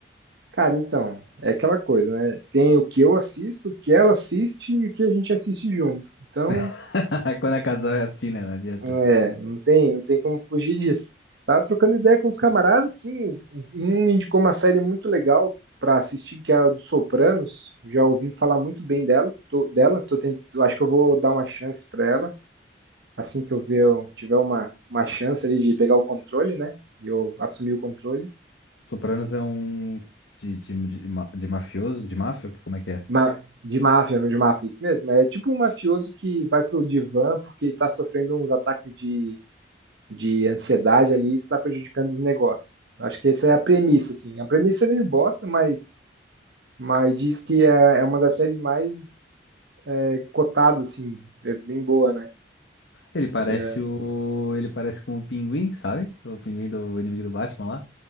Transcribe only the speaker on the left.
<laughs> Quando é casal é assim, né? Não adianta.
Sopranos é um de, de, de, ma- de mafioso, de máfia? Como é que é?
Ele parece
o. Ele parece com o Pinguim, sabe? O Pinguim do inimigo do Batman lá.